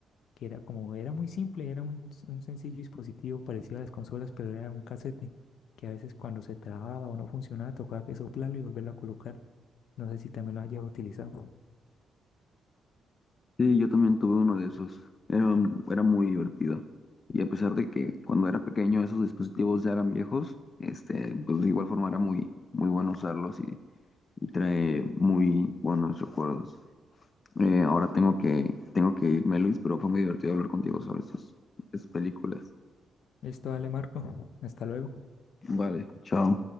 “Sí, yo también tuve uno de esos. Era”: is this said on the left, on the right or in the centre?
Left